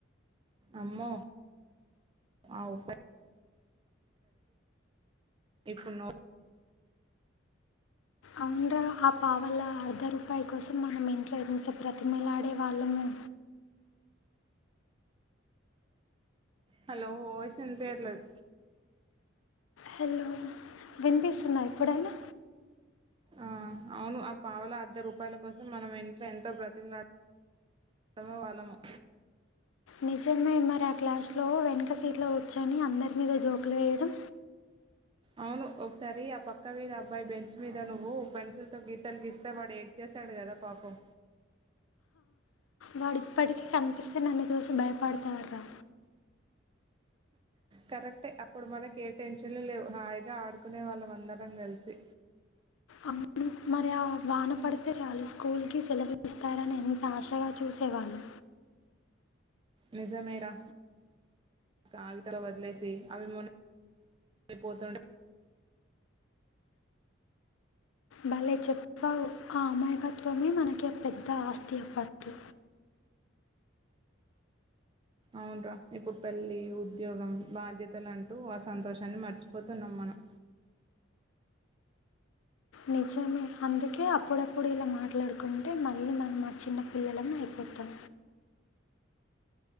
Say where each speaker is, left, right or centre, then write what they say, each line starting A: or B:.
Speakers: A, on the right (about 25°); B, on the left (about 80°).
A: అమ్మో ఆ ఉ ఇప్పున్న
B: అవున్రా ఆ పావలా అర్ధ రూపాయి కోసం మనం ఇంట్లో ఎంత బ్రతిమలాడేవాళ్ళమో
A: హలో వాయిస్ ఇనిపీయట్లేదు
B: హెలో విన్పిస్తుందా ఇప్పుడుయినా
A: అ అవును ఆ పావుల అర్ధ రూపాయల కోసం మనం ఇంట్లో ఎంతో బ్రతికిడమ వాళ్ళము
B: నిజమే మరి ఆ క్లాస్లో వెనక సీట్లో కూర్చొని అందరి మీద జోకులు వేయడం
A: అవును ఒకసారి ఆ పక్క మీద అబ్బాయి బెంచ్ మీద నువ్వు పెన్సిల్ తో గీతలు గీస్తేవాడు ఏడ్ చేశాడు కదా పాపం
B: వాడిప్పటికీ కనిపిస్తే నన్ను చూసి భయపడతారు రా
A: కరెక్టే అప్పుడు మనకి ఏ టెన్షన్లు లేవు హాయిగా ఆడుకునే వాళ్ళం అందరం కలిసి
B: అను మరి ఆ వాన పడితే చాలుా స్కూల్కి సెలవలు ఇస్తారని ఎంత ఆశగా చూసేవాళ్ళు
A: నిజమేరా కాగితాలోదిలేసి అవి మొన్నపోతుండ
B: భలే చెప్పావు ఆ అమాయకత్వమే మనకి పెద్ద ఆస్తి అ పద్దు
A: అవున్రా ఇప్పుడు పెళ్ళి ఉద్యోగం బాధ్యతలు అంటూ ఆ సంతోషాన్ని మర్చిపోతున్నాం మనం
B: నిజమే అందుకే అప్పుడప్పుడు ఇలా మాట్లాడుకుంటే మళ్ళీ మనం మా చిన్న పిల్లలం అయిపోతాం